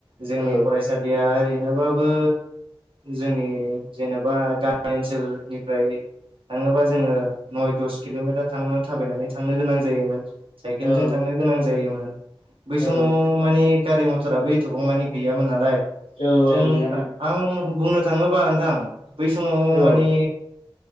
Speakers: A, on the right; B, on the left.
A: जोंनि
B: औ
A: फरायसालिया ओरैनोबाबो जोंनि जेन'बा गामि ओनसोलनिफ्राय थाङोबा जोङो नय दस किल'मिटार थां थाबायनानै थांनो गोनां जायोमोन। साइकेल
B: औ
A: जों थांनो गोनां जायोमोन । बै
B: औ
A: समाव माने गारि मथराबो एथ'बांमानि गैयामोन नालाय।
B: औ
A: जों
B: औ गैयामोन
A: आं बुंनो थाङोबा नोंथां बै समाव
B: औ
A: मानि